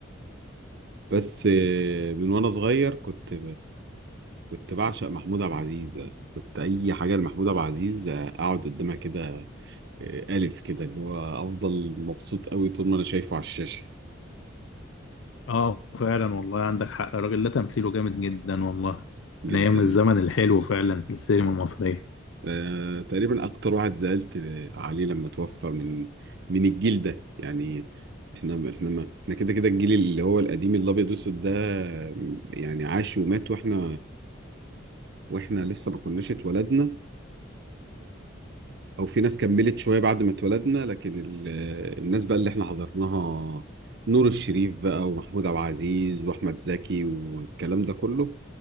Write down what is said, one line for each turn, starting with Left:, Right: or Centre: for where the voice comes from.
Right: بس آه، من وانا صغير كنت كنت بعشق محمود عبد العزيز كنت اي حاجه لمحمود عبد العزيز آه، اقعد قدامها كده آه، ألف كده اللي هو أفضل مبسوط أوي طول ما أنا شايفه على الشاشة
Left: اه فعلا والله عندك حق الراجل ده تمثيله جامد جدا والله
Right: جدا
Left: من ايام الزمن الحلو فعلا في السينما المصريه
Right: آه، تقريبا أكتر واحد زعلت عليه لما توفى من من الجيل ده يعني إحنا إحنا ما إحنا كده كده الجيل اللي هو القديم الأبيض والأسود ده آه، يعني عاش ومات وإحنا وإحنا لسه ما كناش اتولدنا أو في ناس كملت شوية بعد ما اتولدنا لكن ال- آه، الناس بقى اللي إحنا حضرناها نور الشريف بقى ومحمود عبد العزيز وأحمد زكي والكلام ده كله